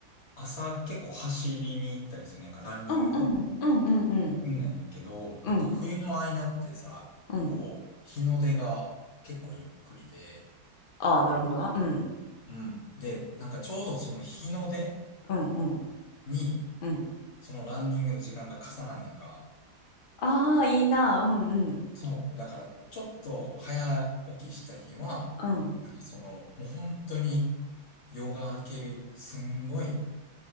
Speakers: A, on the left; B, on the left.
A: 朝結構走りに行ったりするねんか、ランニング
B: うんうんうんうんうん
A: うんねんけど、
B: うん
A: なんか冬の間ってさ、
B: うん
A: こう、日の出が結構ゆっくりで、
B: ああー、なるほどな。うん
A: うん。で、なんかちょうどその日の出
B: うんうん
A: に、
B: うん。
A: そのランニングの時間が重なんねんか。
B: ああー、いいな。うんうん
A: そう。だから、ちょっと早起きした日は、
B: うん。
A: なんかその、もう本当に夜が明ける、すんごい、